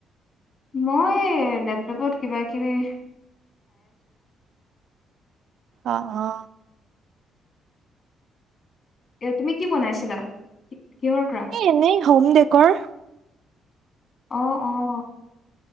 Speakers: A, on the left; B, on the right.
A: মই লেপটপত কিবা কিবি
B: অ অ।
A: এ তুমি কি বনাইছিলা? কিহৰ ক্ৰাফ্ট
B: এ এনেই হম দেকৰ।
A: অ অ।